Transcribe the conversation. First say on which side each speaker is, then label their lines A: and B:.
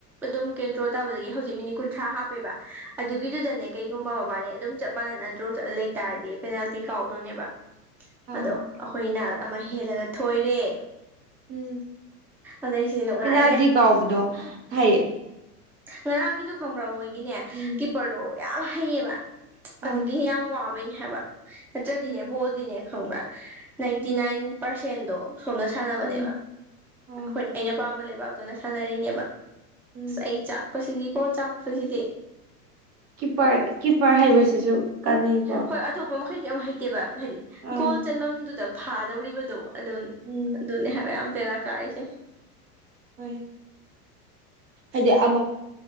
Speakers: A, in the centre; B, on the right.
A: ꯑꯗꯨꯝ ꯀꯦꯟꯗ꯭ꯔꯣ ꯇꯥꯕꯗꯒꯤ ꯍꯧꯖꯤꯛ ꯃꯤꯅꯤꯠ ꯀꯨꯟꯊ꯭ꯔꯥ ꯍꯥꯞꯄꯦꯕ ꯑꯗꯨꯒꯤꯗꯨꯗꯅꯦ ꯀꯩꯒꯨꯝꯕ ꯕꯕꯥꯅꯦ ꯑꯗꯨꯝ ꯆꯞ ꯃꯥꯟꯅꯅ ꯗ꯭ꯔꯣ ꯆꯠꯂ ꯂꯩꯇꯥꯥꯔꯗꯤ ꯄꯦꯅꯥꯜꯇꯤ ꯀꯥꯎꯗꯣꯏꯅꯦꯕ
B: ꯑꯪ
A: ꯑꯗꯣ ꯑꯩꯈꯣꯏꯅ ꯑꯃ ꯍꯦꯜꯂꯒ ꯊꯣꯏꯔꯦ
B: ꯎꯝ
A: ꯑꯗꯩꯁꯤ ꯅꯨꯡꯉꯥꯏꯔꯦ
B: ꯄꯅꯗꯤ ꯀꯥꯎꯕꯗꯣ ꯈꯥꯏꯌꯦ
A: ꯉꯔꯥꯡꯒꯤꯗꯨ ꯈꯪꯕ꯭ꯔꯥ ꯃꯣꯏꯒꯤꯅꯦ
B: ꯎꯝ
A: ꯀꯤꯄꯔꯗꯣ ꯌꯥꯝ ꯍꯩꯌꯦꯕ
B: ꯑꯥ
A: ꯑꯗꯨꯒꯤ ꯌꯥꯝ ꯋꯥꯕꯩꯅꯦ ꯍꯥꯏꯕ ꯅꯠꯇ꯭ꯔꯗꯤꯅꯦ
B: ꯎꯝ
A: ꯕꯣꯜꯗꯤꯅꯦ ꯈꯪꯕ꯭ꯔꯥ ꯅꯥꯏꯟꯇꯤ
B: ꯎꯝ
A: ꯅꯥꯏꯟ ꯄꯥꯔꯁꯦꯟꯗꯣ ꯁꯣꯝꯅ ꯁꯥꯟꯅꯕꯅꯦꯕ
B: ꯎꯝ ꯑꯥ
A: ꯑꯩꯈꯣꯏ ꯑꯩꯅ ꯄꯥꯝꯕ ꯂꯩꯕꯥꯛꯇꯨꯅ ꯁꯥꯟꯅꯔꯤꯅꯦꯕ
B: ꯎꯝ
A: ꯑꯁ ꯑꯩ ꯆꯥꯛꯄꯁꯤꯗꯤꯀꯣ ꯆꯥꯛꯄꯁꯤꯗꯤ
B: ꯤꯄꯔ ꯀꯤꯄꯔ ꯍꯥꯏꯕꯁꯤꯁꯨ ꯀꯥꯟꯅꯩꯀꯣ
A: ꯍꯣꯏ ꯑꯇꯣꯞꯄ ꯃꯈꯩꯗꯤ ꯌꯥꯝ ꯍꯩꯇꯦꯕ ꯍꯥꯏꯗꯤ
B: ꯑꯥ
A: ꯒꯣꯜ ꯆꯟꯐꯝꯗꯨꯗ ꯐꯥꯗꯧꯔꯤꯕꯗꯣ ꯑꯗꯨ
B: ꯎꯝ
A: ꯑꯗꯨꯅꯦ ꯍꯥꯏ ꯌꯥꯝ ꯇꯦꯔꯥ ꯀꯥꯏꯁꯦ
B: ꯍꯣꯏ ꯍꯥꯏꯗꯤ ꯑꯃ